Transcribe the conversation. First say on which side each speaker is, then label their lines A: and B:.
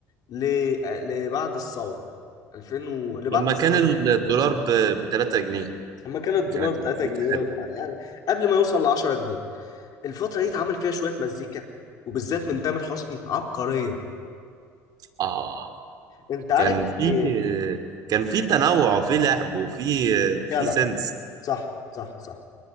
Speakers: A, on the left; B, on the right.
A: ل... لبعد الثورة 2000 و... لبعد
B: لما
A: الثورة
B: كان الدولار
A: بكام سنة
B: ب 3 جنيه
A: لما كان الدولار
B: كانت
A: بتاعتها
B: المزيكا
A: جنيه
B: حلوه
A: وما- يعني قبل ما يوصل ل 10 جنيه الفترة دي اتعمل فيها شوية مزيكا وبالذات من تامر حسني عبقرية
B: اه
A: انت عارف
B: كان في
A: ان
B: كان في تنوع وفي لعب وفي في
A: جدع
B: سنس
A: صح صح صح